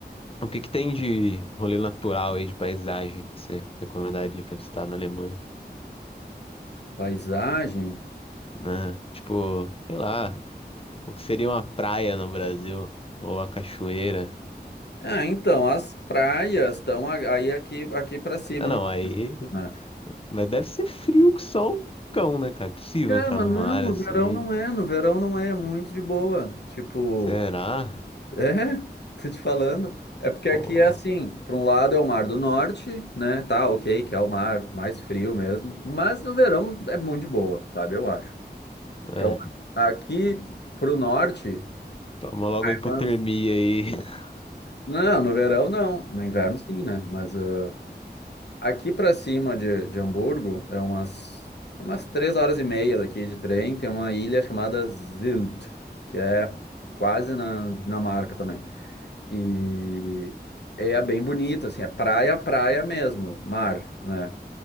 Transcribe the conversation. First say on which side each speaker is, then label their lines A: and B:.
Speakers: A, on the left; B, on the left.
A: o que que tem de rolê natural aí, de paisagem, que você recomendaria pra visitar na Alemanha?
B: Paisagem.
A: Né? Tipo, sei lá, o que seria uma praia no Brasil? Ou a cachoeira?
B: Ah, então, as praias estão a- aí aqui, aqui para cima
A: Ah, não,
B: no
A: aí...
B: norte, né?
A: Mas deve ser frio que só um cão, né, cara? É possível
B: Cara,
A: entrar
B: mas
A: no
B: não,
A: mar,
B: no
A: assim.
B: verão não é, no verão não é, é muito de boa. Tipo.
A: Será?
B: É, tô te falando. É porque
A: Pô,
B: aqui é assim, para um lado é o Mar do Norte, né? Tá, ok, que é o mar mais frio mesmo, mas no verão é muito de boa, sabe? Eu acho. Então,
A: é.
B: aqui pro norte,
A: Toma logo a hipotermia
B: mas-
A: aí. <laughs>
B: não, no verão não, no inverno sim, né? Mas ah, aqui para cima de, de Hamburgo é umas é umas três horas e meia daqui de trem, tem uma ilha chamada Sylt, que é quase na na Dinamarca também. E é bem bonito, assim, é praia, praia mesmo, mar, né?